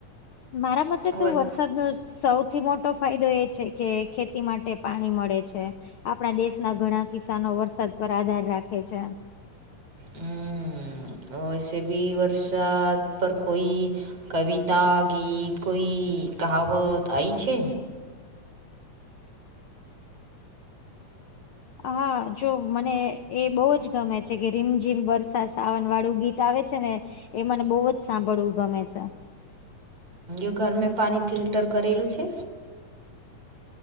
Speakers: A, on the left (about 65°); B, on the right (about 50°).
A: મારા મતે તો
B: વર
A: વરસાદ સૌથી મોટો ફાયદો તો એ છે કે ખેતી માટે પાણી મળે છે. આપણા દેશ ના ઘણા કિસાનો વરસાદ પર આધાર રાખે છે.
B: હમ વૈસે ભી વર્ષાદ પર કોઈ, કવિતા ગીત કોઈ કહાવત આઈ છે?
A: હા જો મને એ બહુ જ ગમે છે કે રીમઝીમ બરસા સાવન વાળું ગીત આવે છે ને, એ મને બહુ જ સાંભળવું ગમે છે.
B: એ ઘરમે પણી ફિલ્ટર કરેલું છે,